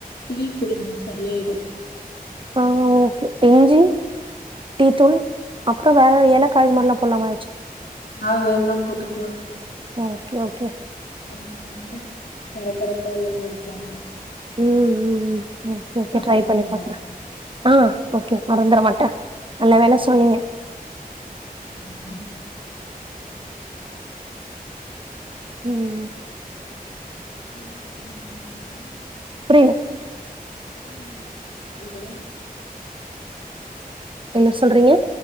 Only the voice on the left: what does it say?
டீ குடிங்க சரியாயிடும்
ஆ வேணுணா போட்டுக்கலாம்
கொஞ்சோ தொண்ட கரகரப்பா இல்லாம இருக்குல்ல
போட்டுக்கோங்க
ஆ
வீடு சுத்த நெனக்கிறீங்களா
சுத்தம் பண்ணி முடிஷ்ட்டிங்ளா வீடு